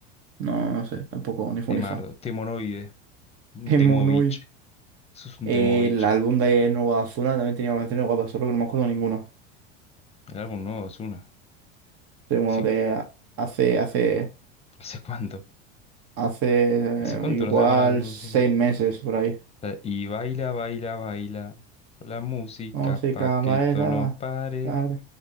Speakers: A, on the right; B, on the left.
A: no, no sé, tampoco, ni fu
B: Temardo,
A: ni fa.
B: Temonoide, un
A: <laughs>
B: Temovich.
A: Monoid.
B: Eso es un
A: Eh,
B: Temovich.
A: El álbum de Nueva Azul también tenía canciones guapas, solo que no me acuerdo ninguna.
B: El álbum nuevo es una.
A: Pero bueno,
B: ¿Hace,
A: de hace, hace,
B: hace cuánto?
A: hace
B: ¿Hace cuánto
A: eh, igual
B: no saca un álbum?
A: seis
B: Ozuna?
A: meses por ahí.
B: La- Y baila, baila, baila. La música
A: Música,
B: pa' que
A: baila,
B: esto no pare.
A: baila,